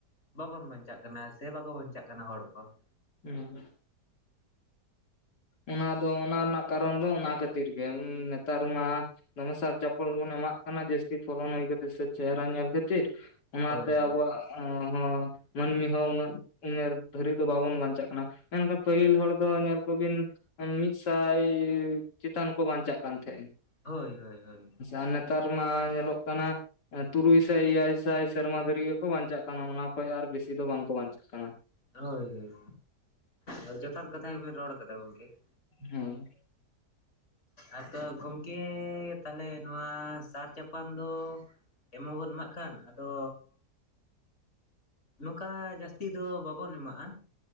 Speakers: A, on the left; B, on the left.
A: ᱵᱟᱵᱚᱱ ᱵᱟᱧᱪᱟᱜ ᱠᱟᱱᱟ ᱥᱮ ᱵᱟᱠᱚ ᱵᱟᱧᱪᱟᱜ ᱠᱟᱱᱟ ᱦᱚᱲ ᱠᱚ ᱾
B: ᱦᱩᱸ ᱾ ᱚᱱᱟ ᱫᱚ ᱚᱱᱟ ᱨᱮᱱᱟᱜ ᱠᱟᱨᱚᱱ ᱫᱚ ᱚᱱᱟ ᱠᱷᱟᱹᱛᱤᱨ ᱜᱮ, ᱱᱮᱛᱟᱨ ᱢᱟ ᱫᱚᱢᱮ ᱥᱟᱨ ᱪᱟᱯᱚᱞ ᱵᱚᱱ ᱮᱢᱟᱜ ᱠᱟᱱᱟ ᱡᱟᱹᱥᱛᱤ ᱯᱷᱚᱞᱚᱱ ᱦᱩᱭ ᱠᱷᱟᱹᱛᱤᱨ ᱥᱮ ᱪᱮᱦᱨᱟ ᱧᱮᱞ ᱠᱷᱟᱹᱛᱤᱨ ᱾ ᱚᱱᱟᱛᱮ
A: ᱦᱳᱭ ᱦᱳᱭ
B: ᱟᱵᱚᱣᱟᱜ ᱦᱚᱸ ᱢᱟᱹᱱᱢᱤ ᱦᱚᱸ ᱩᱱᱟᱹᱜ ᱩᱢᱮᱨ ᱫᱷᱟᱹᱨᱤᱡ ᱫᱚ ᱵᱟᱵᱚᱱ ᱵᱟᱧᱪᱟᱜ ᱠᱟᱱᱟ, ᱢᱮᱱᱠᱷᱟᱱ ᱯᱟᱹᱦᱤᱞ ᱦᱚᱲ ᱫᱚ ᱧᱮᱞ ᱠᱚᱵᱤᱱ ᱢᱤᱫᱥᱟᱭ ᱪᱮᱛᱟᱱ ᱠᱚ ᱵᱟᱧᱪᱟᱜ ᱠᱟᱱ ᱛᱟᱦᱮᱸᱜ ᱾
A: ᱦᱳᱭ ᱦᱳᱭ ᱦᱳᱭ ᱾
B: ᱟ ᱱᱮᱛᱟᱨ ᱢᱟ ᱧᱮᱞᱚᱜ ᱠᱟᱱᱟ ᱮ ᱛᱩᱨᱩᱭ ᱥᱟᱭ ᱮᱭᱟᱭ ᱥᱟᱭ ᱥᱮᱨᱢᱟ ᱫᱷᱟᱹᱨᱤᱡ ᱜᱮᱠᱚ ᱵᱟᱧᱪᱟᱜ ᱠᱟᱱᱟ, ᱚᱱᱟ ᱠᱷᱚᱡ ᱟᱨ ᱵᱮᱥᱤ ᱫᱚ ᱵᱟᱝᱠᱚ ᱵᱟᱧᱪᱟᱜ ᱠᱟᱱᱟ ᱾
A: ᱦᱳᱭ, ᱦᱳᱭ, ᱡᱚᱛᱷᱟᱛ ᱠᱟᱛᱷᱟ ᱜᱮᱵᱤᱱ ᱨᱚᱲ ᱠᱟᱫᱟ ᱜᱚᱝᱠᱮ ᱾
B: ᱦᱮᱸ
A: ᱟᱫᱚ ᱜᱚᱢᱠᱮ ᱛᱟᱦᱚᱞᱮ ᱱᱚᱣᱟ ᱥᱟᱨ ᱪᱟᱯᱟᱱ ᱫᱚ ᱮᱢ ᱦᱚᱵᱚᱱ ᱮᱢᱟᱜ ᱠᱟᱱ, ᱟᱫᱚᱻ ᱱᱚᱠᱟ ᱡᱟᱹᱥᱛᱤ ᱫᱚ ᱵᱟᱵᱚᱱ ᱮᱢᱟᱜᱼᱟ ᱾